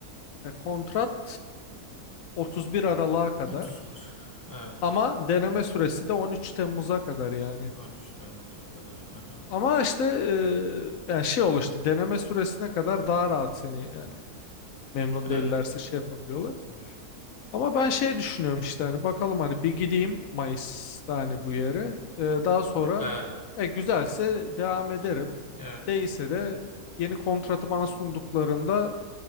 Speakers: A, on the left; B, on the left.
A: e, kontrat 31 Aralık'a kadar.
B: otuz bir. Evet.
A: Ama deneme süresi de 13 Temmuz'a kadar yani.
B: 13 Temmuz'a kadar. Hı hı.
A: Ama işte e, yani şey oluştu deneme süresine kadar daha rahat seni yani memnun
B: Evet.
A: değillerse şey yapabiliyorlar.
B: Hı hı.
A: Ama ben şey düşünüyorum işte hani bakalım hani bir gideyim Mayıs'ta hani bu yere.
B: Hı hı.
A: E, daha sonra
B: Evet,
A: e, güzelse devam ederim.
B: evet,
A: Değilse de yeni kontratı bana sunduklarında